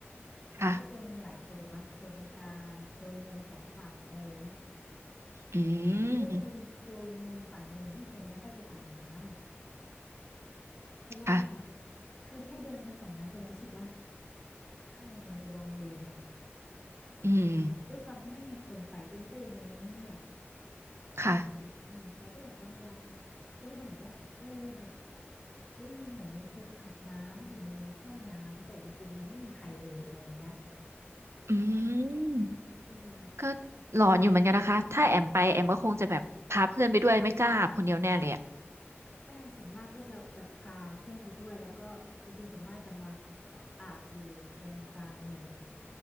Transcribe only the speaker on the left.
มันก็จะมีหลายโซนเนาะโซนตรงกลางโซนมุมสองฝั่งอะไรอย่างเงี้ย
มันก็จะมีโซนมุมฝั่งหนึ่งที่คนไม่ค่อยไปอาบน้ำ
เพราะว่า
คือแค่เดินไปฝั่งนั้นจะรู้สึกว่าทำไมมันดูวังเวง
ดูด้วยความที่ไม่มีคนไปด้วยมันก็เลยดูเงียบ
ๆเออแล้วก็แบบบางวันก็มีคนบอกว่าเออแบบได้ยินเหมือนมีคนอาบน้ำอยู่ในห้องน้ำแต่จริงๆมันไม่มีใครเลยอะไรอย่างเงี้ย
เออ
ใช่ส่วนมากก็จะแบบพาเพื่อนไปด้วยแล้วก็จริงๆส่วนมากจะมาอาบอยู่ตรงกลางกันหมดเลย